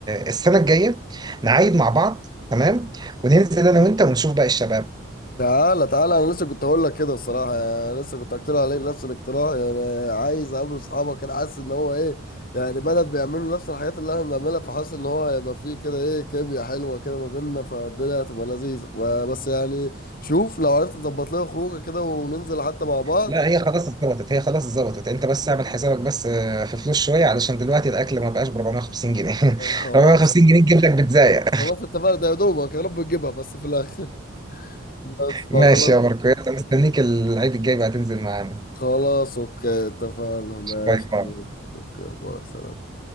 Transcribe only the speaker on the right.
السنه الجايه نعيد مع بعض تمام وننزل انا وانت ونشوف بقى الشباب
لا هي خلاص اتظبطت هي خلاص اتظبطت انت بس اعمل حسابك بس آه، في فلوس شويه علشان دلوقتي الاكل ما بقاش ب 450 جنيه <laughs>
450 جنيه تجيب لك بيتزاية <laughs>
ماشي
يا ماركو يلا مستنيك العيد الجاي بقى تنزل معانا
باي باي